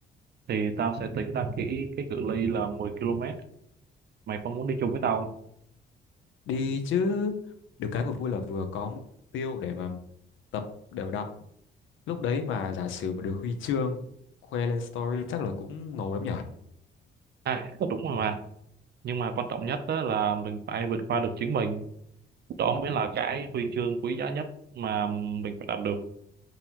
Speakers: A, on the right; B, on the left.
A: thì tao sẽ tính ra kỹ cái cự ly là 10 km mày có muốn đi chung với tao không?
B: đi chứ được cái vừa vui là vừa có mục tiêu để mà tập đều đặn Lúc đấy mà giả sử mà được huy chương khoe lên story chắc là cũng ngầu lắm nhở.
A: à đúng rồi mà nhưng mà quan trọng nhất đó là mình phải vượt qua được chính mình đó mới là cái huy chương quý giá nhất mà mình phải đạt được